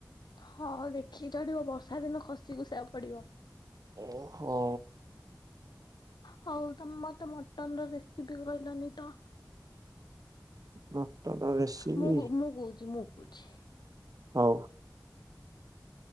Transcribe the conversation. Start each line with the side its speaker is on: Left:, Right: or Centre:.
Left: ହଁ ଦେଖିକି ଚଢିବ ବର୍ଷା ଦିନ ଖସି ଖୁସା ପଡିବ।
Right: ଓହୋ।
Left: ହୋଉ ତ ମତେ ମଟନ ର ରେସିପି କହିଲାନି ତ।
Right: ମଟନ ରେସିପି
Left: ମୁଁ କହୁ ମୁଁ କହୁଛି ମୁଁ କହୁଛି।
Right: ହୋଉ।